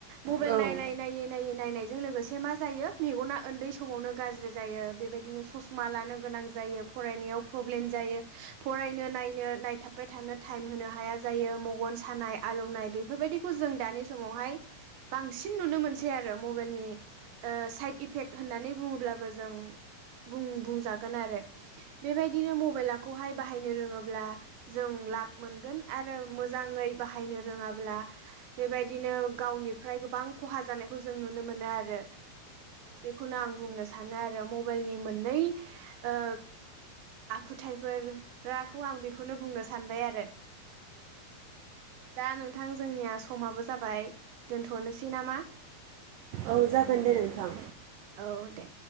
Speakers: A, on the right (about 75°); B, on the right (about 80°).
A: मबाइल
B: औ
A: नायनाय
B: औ
A: नायै नायै नायनायजों लोगोसे मा जायो मेगना उन्दै समावनो गाज्रि जायो बेबायदिनो ससमा लानो गोनां जायो फरायनायाव प्रब्लेम जायो फरायनो नायनो नायथाबबाय थानो टाइम होनो हाया जायो मगन सानाय आलौनाय बेफोरबायदिखौ जों दानि समावहाय बांसिन नुनो मोनसै आरो मबाइनि ओ साइद इफेक्ट होननानै बुङोब्लाबो जों बुं-बुंजागोन आरो। बेबायदिनो मबाइलाखौहाय बाहायनो रोङोब्ला जों लाब मोनगोन आरो मोजाङै बाहायनो रोङाब्ला बेबाय बिदिनो गावनिफ्राय गोबां खहा जानायखौ जों नुनो मोनो आरो बेखौनो आं बुंनो सानो आरो मबाइलनि मोननै ओ आखुथायाइफोराखौ आं बेखौनो बुंनो सानबाय आरो दा नोंथां जोंनिया समाबो जाबाय दोनथ'नोसै नामा?
B: औ जागोन दे नोंथां।
A: औ दे